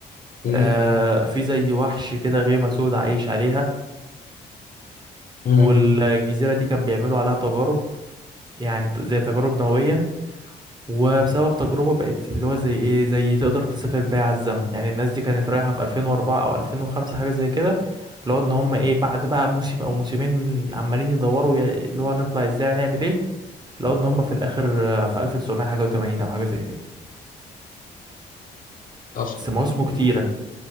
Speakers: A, on the left (about 45°); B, on the right (about 20°).
A: مم.
B: آه في زي وحش كده غيمة سودا عايش عليها
A: مم.
B: والجزيرة دي كان بيعملوا عليها تجارب يعني زي تجارب نووية وبسبب تجربة بقت اللي هو زي ايه زي تقدر تسافر بيها على الزمن يعني الناس دي كانت رايحة في 2004 او 2005 حاجة زي كده اللي هو ان هم ايه بعد بقى موسم او موسمين عمالين يدوروا يا- اللي هو هنطلع ازاي هنعمل ايه لو ان هم في الاخر آه، في 1900 حاجة و80 او حاجة زي كده
A: اصلا
B: بس مواسمه كتيرة